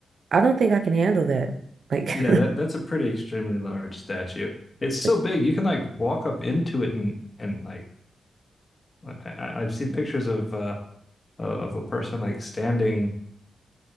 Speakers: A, on the right; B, on the left.
A: I don't think I can handle that. Like,
B: Yeah, that that's a pretty extremely large statue.
A: <laughs>
B: It's so
A: like
B: big you can like walk up into it and and like I, I- I've seen pictures of uh of of a person like standing.